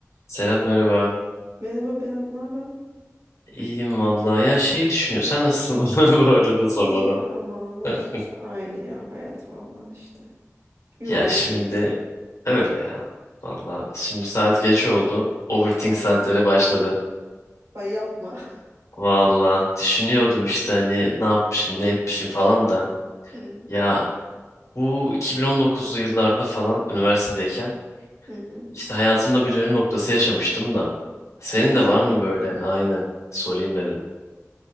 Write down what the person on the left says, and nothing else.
Serap merhaba.
İyiyim vallahi. Ya şey düşünüyor. Sen nasılsın <laughs> bana bu arada sormadan?
<laughs>
Ya şimdi öyle ya. Vallahi şimdi saat
geç oldu. Overthink
saatleri başladı.
Vallahi düşünüyordum işte hani ne yapmışım ne etmişim falan da.
Ya bu 2019'lu yıllarda falan üniversitedeyken
işte hayatımda bir dönüm noktası yaşamıştım da. Senin
de var
mı böyle? Aynen. Sorayım dedim.